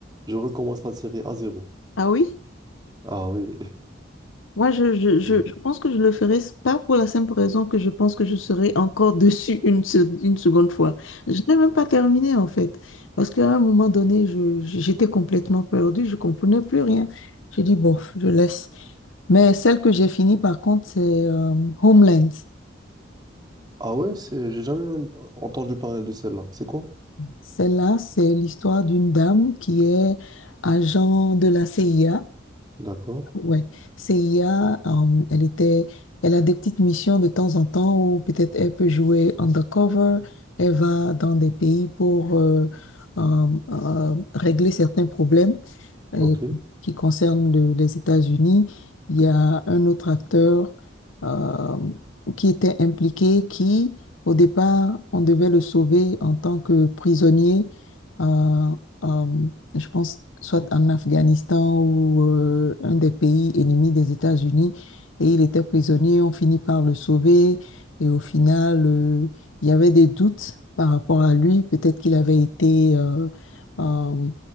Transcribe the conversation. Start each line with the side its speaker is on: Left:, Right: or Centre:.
Right: je recommence la série à zéro.
Left: Ah oui?
Right: Ah oui. <laughs>
Left: Moi, je, je, je,
Right: Et-
Left: je pense que je le ferai s- pas pour la simple raison que je pense que je serai encore <laughs> dessus une, se- une seconde fois. Je n'ai même pas terminé, en fait. Parce qu'à un moment donné, je, j'étais complètement perdue, je comprenais plus rien. J'ai dit, bon, je laisse. Mais celle que j'ai finie, par contre, c'est euh, Homeland.
Right: Ah ouais, c'est, j'ai jamais en- entendu parler de celle-là. C'est quoi?
Left: Celle-là, c'est l'histoire d'une dame qui est agent de la CIA
Right: D'accord.
Left: Ouais, CIA, euh, elle était, elle a des petites missions de temps en temps où peut-être elle peut jouer undercover, elle va dans des pays pour euh, euh, euh, régler certains problèmes
Right: Ok.
Left: euh, qui concerne le- les États-Unis. Il y a un autre acteur euh, qui était impliqué, qui, au départ, on devait le sauver en tant que prisonnier, euh, euh, je pense, soit en Afghanistan ou euh, un des pays ennemis des États-Unis. Et il était prisonnier, on finit par le sauver. Et au final, euh, il y avait des doutes par rapport à lui. Peut-être qu'il avait été... euh, euh,